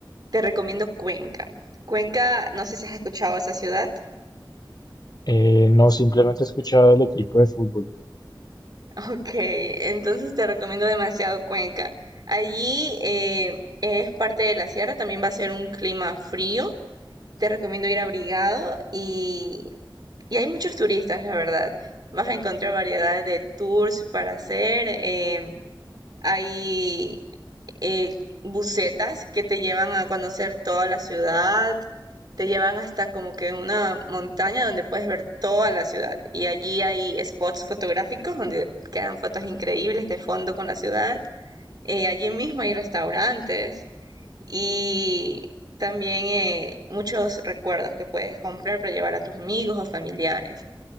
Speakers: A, on the right; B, on the left.
A: te recomiendo Cuenca. Cuenca, no sé si has escuchado esa ciudad.
B: Eh, no, simplemente escuchaba el equipo de fútbol.
A: Ok, entonces te recomiendo demasiado Cuenca. Allí eh, es parte de la sierra, también va a ser un clima frío. Te recomiendo ir abrigado y, y hay muchos turistas, la verdad. Vas a encontrar variedad de tours para hacer. eh, hay eh, busetas que te llevan a conocer toda la ciudad te llevan hasta como que una montaña donde puedes ver toda la ciudad. Y allí hay spots fotográficos donde quedan fotos increíbles de fondo con la ciudad. Eh, allí mismo hay restaurantes y también eh, muchos recuerdos que puedes comprar para llevar a tus amigos o familiares.